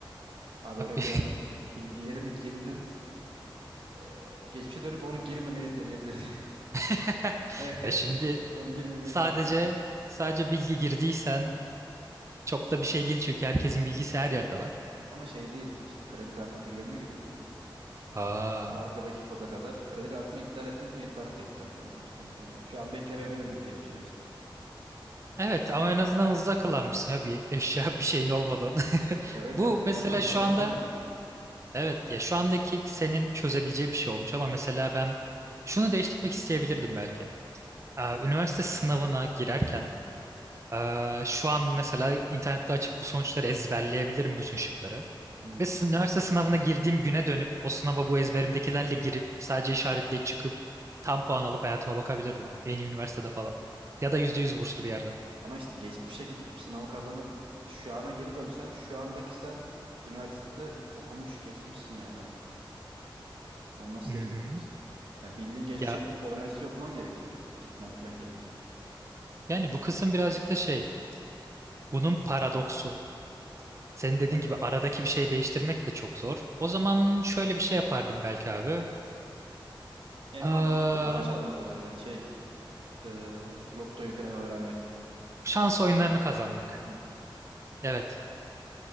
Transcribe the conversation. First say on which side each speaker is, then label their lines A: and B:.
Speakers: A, on the right; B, on the right.
A: Abi
B: Abi,
A: oraya biraz bilgilerimi girdim. Ee, geçmişe dönüp onu girmemeyi deneyebilirdim. <laughs>
B: <laughs>
A: Evet,
B: ya şimdi
A: onu girmemeyi
B: sadece
A: deneyebilirdim.
B: sadece bilgi girdiysen Çok da bir şey değil çünkü herkesin bilgisi her yerde var.
A: Ama şey değil işte kredi kartı bilgilerimi girdim.
B: Aa.
A: Arkadaki koda kadar kredi kartını iptal ettirdim yeni kart bekliyorum şu anda işte mesela. Şu an beklemeyebilirdim geçmişe dönsem.
B: Evet ama en azından hızlı akıllanmışsın ya bir eşya <laughs> bir şeyin olmadan. <laughs>
A: Evet
B: Bu
A: ya en
B: mesela
A: azından para
B: şu
A: çekilmedi.
B: anda evet ya şu andaki senin çözebileceği bir şey olmuş ama mesela ben şunu değiştirmek isteyebilirdim belki. Aa, üniversite sınavına girerken aa, şu an mesela internette açıp bu sonuçları ezberleyebilirim bütün şıkları.
A: Hmm.
B: Ve sı- üniversite sınavına girdiğim güne dönüp o sınava bu ezberimdekilerle girip sadece işaretleyip çıkıp tam puan alıp hayatıma bakabilirdim. En iyi üniversitede falan. Ya da %100 burslu bir yerde.
A: Ama işte geçmişe gidip bu sınavı kazanıp şu ana geri dönsen şu andaki sen üniversitede okumuş geçmişsin yani. Onu nasıl
B: Mhm.
A: değiştireceksin? Yani bildiğin geçmişe
B: Ya
A: gidip o üniversiteyi okuman gerekecek. Gitmen falan gerekecek.
B: yani bu kısım birazcık da şey. Bunun paradoksu. Senin dediğin
A: Yani
B: gibi aradaki bir şey değiştirmek de çok zor. O zaman şöyle bir şey yapardım belki abi.
A: en mantıklısı
B: Aa,
A: para çalmak oluyor yani şey e, lottoyu falan öğrenmek.
B: şans oyunlarını kazanmak.
A: Hmm.
B: Evet.